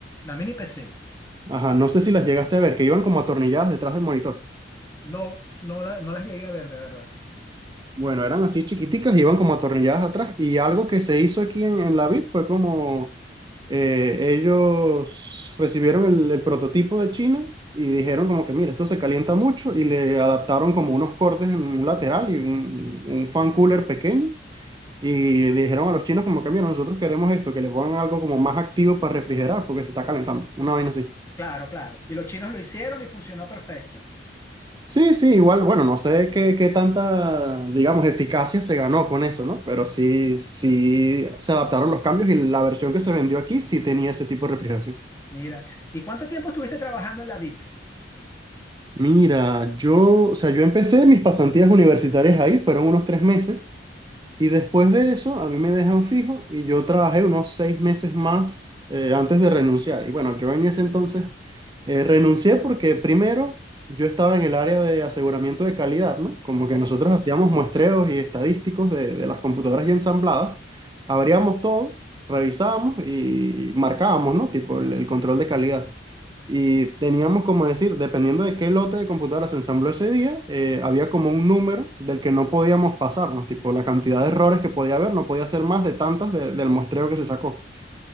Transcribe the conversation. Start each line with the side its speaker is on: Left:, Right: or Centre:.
Left: La mini PC,
Right: Ajá, no sé si las llegaste a ver, que iban como atornilladas detrás del monitor.
Left: no, no, la- no las llegué a ver, de verdad.
Right: Bueno, eran así chiquiticas, iban como atornilladas atrás. Y algo que se hizo aquí en, en la vid fue como eh, ellos recibieron el, el prototipo de China y dijeron como que, mira, esto se calienta mucho y le adaptaron como unos cortes en un lateral y un, un fan cooler pequeño. Y dijeron a los chinos como que, mira, nosotros queremos esto, que le pongan algo como más activo para refrigerar porque se está calentando. Una vaina así.
Left: Claro, claro. Y los chinos lo hicieron y funcionó perfecto.
Right: Sí, sí, igual, bueno, no sé qué, qué tanta, digamos, eficacia se ganó con eso, ¿no? Pero sí, sí se adaptaron los cambios y la versión que se vendió aquí sí tenía ese tipo de refrigeración.
Left: Mira, ¿y cuánto tiempo estuviste trabajando en la Bit?
Right: Mira, yo, o sea, yo empecé mis pasantías universitarias ahí, fueron unos tres meses. Y después de eso, a mí me dejan fijo y yo trabajé unos seis meses más eh, antes de renunciar. Y bueno, yo en ese entonces eh, renuncié porque primero yo estaba en el área de aseguramiento de calidad, ¿no? Como que
Left: Ok.
Right: nosotros hacíamos muestreos y estadísticos de, de las computadoras ya ensambladas, abríamos todo, revisábamos y marcábamos, ¿no? Tipo el, el control de calidad. Y teníamos como decir, dependiendo de qué lote de computadoras se ensambló ese día, eh, había como un número del que no podíamos pasarnos, tipo la cantidad de errores que podía haber, no podía ser más de tantas de- del muestreo que se sacó.